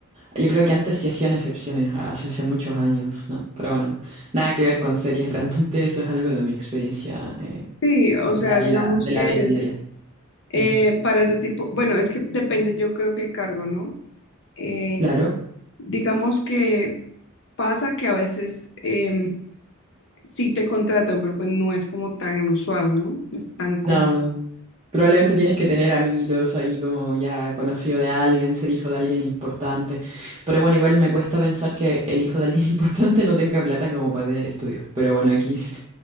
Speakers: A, on the right; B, on the left.
A: yo creo que antes sí hacían excepciones, hace, hace muchos años, ¿no? Pero bueno, nada que ver con series, realmente eso es algo de mi experiencia, eh,
B: Sí, o
A: de
B: sea,
A: la vida,
B: digamos
A: de
B: que
A: la vida diaria.
B: eh,
A: Ujú.
B: para ese tipo, bueno, es que depende, yo creo que el cargo, ¿no? Eh,
A: Claro.
B: digamos que pasa que a veces... em, sí te contratan, pero pues no es como tan usual, ¿no? No es tan común.
A: No, probablemente tienes que tener amiguitos ahí como ya conocido de alguien, ser hijo de alguien importante. Pero bueno, igual me cuesta pensar que el hijo de alguien <laughs> importante no tenga plata como para tener estudios. Pero bueno, X.